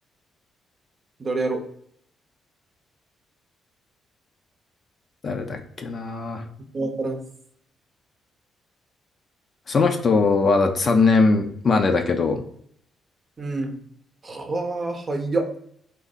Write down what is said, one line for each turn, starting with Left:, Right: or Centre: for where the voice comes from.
Right: 誰やろ
Left: 誰だっけな。
Right: わからんっす。
Left: その人はだって3年マネだけど、
Right: うん。はあ、はいや。